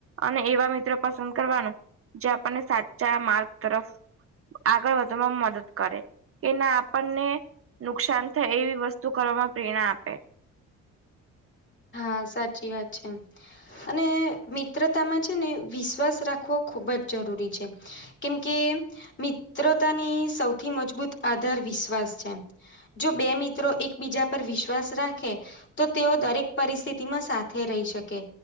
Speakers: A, on the right; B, on the left.
A: અને એવા મિત્રો પસંદ કરવાનું જે આપણને સાચા માર્ગ તરફ આગળ વધવામાં મદદ કરે કે ના આપણને નુકસાન થાય એવી વસ્તુ કરવામાં પ્રેરણા આપે.
B: હા સાચી વાત છે. અને મિત્રતામાં છે ને વિશ્વાસ રાખવો ખૂબ જ જરૂરી છે. કેમ કે મિત્રતાની સૌથી મજબૂત આધાર વિશ્વાસ છે. જો બે મિત્રો એકબીજા પર વિશ્વાસ રાખે તો તેઓ દરેક પરિસ્થિતિમાં સાથે રહી શકે